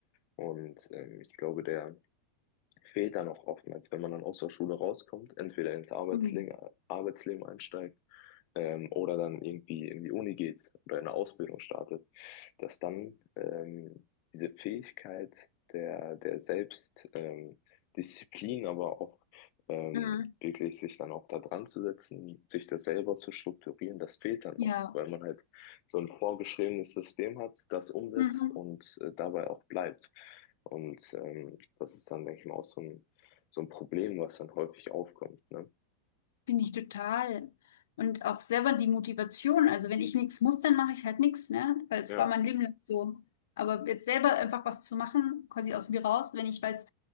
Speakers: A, on the left; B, on the left.
A: Und ähm, ich glaube, der fehlt da noch oftmals, wenn man dann aus der Schule rauskommt, entweder ins Arbeitsleben,
B: Hm.
A: Arbeitsleben einsteigt ähm, oder dann irgendwie in die Uni geht oder eine Ausbildung startet, dass dann ähm, diese Fähigkeit der, der Selbst, ähm, Disziplin, aber auch ähm,
B: Hm.
A: wirklich sich dann auch da dran zu setzen, sich das selber zu strukturieren, das fehlt dann
B: Ja.
A: auch, weil man halt so ein vorgeschriebenes System hat, das umsetzt
B: Mhm.
A: und äh, dabei auch bleibt. Und ähm, das ist dann, denke ich mal, auch so ein, so ein Problem, was dann häufig aufkommt. Ne?
B: Finde ich total. Und auch selber die Motivation. Also wenn ich nichts muss, dann mache ich halt nichts, ne? Weil es
A: Ja,
B: war mein Leben lang so. Aber jetzt selber einfach was zu machen, quasi aus mir raus, wenn ich weiß,